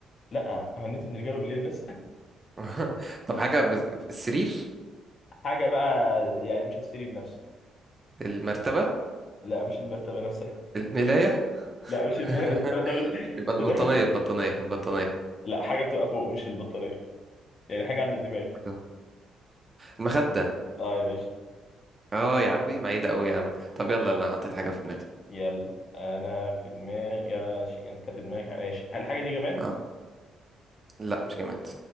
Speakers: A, on the left (about 50°); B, on the right (about 25°).
A: لا هو النت بنلجأ له بالليل بس <laughs>
B: <laughs> طب حاجة بز- السرير
A: حاجة بقى يعني مش السرير نفسه
B: المرتبة
A: لا مش المرتبة نفسها
B: الملاية
A: <laughs> لا مش
B: <laughs>
A: الملاية انت أنت
B: يبقى البطانية
A: داخل
B: البطانية البطانية
A: لا حاجة بتبقى فوق مش البطانية يعني حاجة عند الدماغ
B: أيوة. المخدة
A: اه يا باشا
B: اه يا عمي بعيدة أوي يا عم طب يلا أنا حطيت حاجة في دماغي
A: يلا انا في دماغي يا شيء انت في دماغك حاجة. ماشي هل الحاجة دي جماد؟
B: اه لا مش جماد